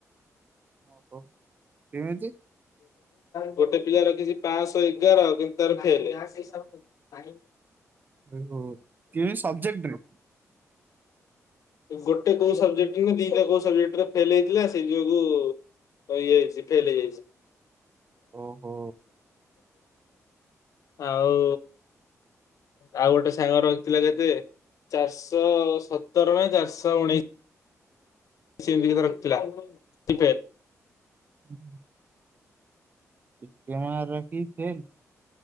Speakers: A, on the right; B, on the left.
A: ଓହୋ, କେମିତି?
B: ଗୋଟେ ପିଲା ରଖିଛି ପାଂଶହ ଏଗାର, କିନ୍ତୁ ତାର ଫେଲ୍। କାହିଁ?
A: ଓହୋ, କେଉଁ ସବଜେକ୍ଟରେ?
B: ଗୋଟେ କୋଉ ସବଜେକ୍ଟରେ ନା ଦିଟା କୋଉ ସବଜେକ୍ଟରେ ଫେଲ୍ ହେଇଥିଲା ସେଇ ଯୋଗୁ ରଇଯାଇଛି ଫେଲ୍ ହେଇଯାଇଛି।
A: ଓହୋ
B: ଆଉ ଆଉ ଗୋଟେ ସାଙ୍ଗ ରଖିଥିଲା କେତେ ଚାରିଶହ ସତର ନା ଚାରିଶହ ଉଣେଇ ଶୀ ସେ ଏମିତିକା ରଖିଥିଲା ସେ ଫେଲ୍।
A: ହୁଁ। ଏତେ ମାର୍କ ରଖିକି ଫେଲ୍।